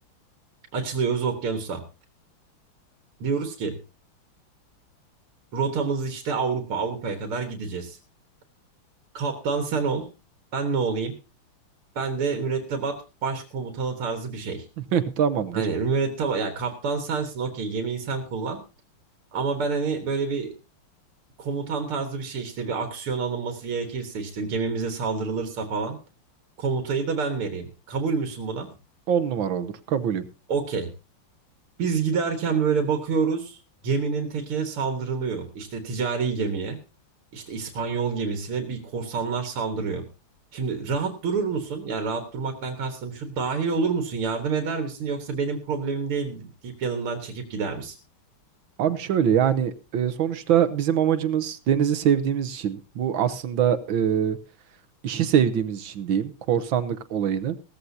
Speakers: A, on the right; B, on the right.
A: Açılıyoruz okyanusa. Diyoruz ki rotamız işte Avrupa. Avrupa'ya kadar gideceğiz. Kaptan sen ol. Ben ne olayım? Ben de mürettebat başkomutanı tarzı bir şey.
B: <laughs> Tamamdır.
A: Hani mürettebat ya kaptan sensin okey gemiyi sen kullan. Ama ben hani böyle bir komutan tarzı bir şey işte bir aksiyon alınması gerekirse işte gemimize saldırılırsa falan komutayı da ben vereyim. Kabul müsün buna?
B: 10 numara olur. Kabulüm.
A: Okey. Biz giderken böyle bakıyoruz geminin tekine saldırılıyor. İşte ticari gemiye işte İspanyol gemisine bir korsanlar saldırıyor. Şimdi rahat durur musun? Yani rahat durmaktan kastım şu dahil olur musun? Yardım eder misin? Yoksa benim problemim değil deyip yanından çekip gider misin?
B: Abi şöyle yani e, sonuçta bizim amacımız denizi sevdiğimiz için bu aslında e, işi sevdiğimiz için diyeyim korsanlık olayını.